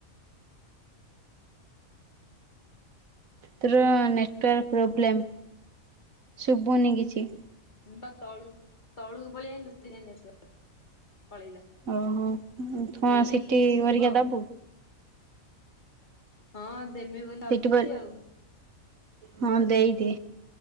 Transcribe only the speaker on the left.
ମୁଁ ବା ତଳକୁ ତଳକୁ ପଳିଆଇଲି ସେଥିପାଇଁ ତ ନେଟୱର୍କ ପଳେଇଲା।
ଏଇ
ଶୁଭ
ହଁ ଦେମି ବୋଲି ଭାବୁଛି
ଆଉ।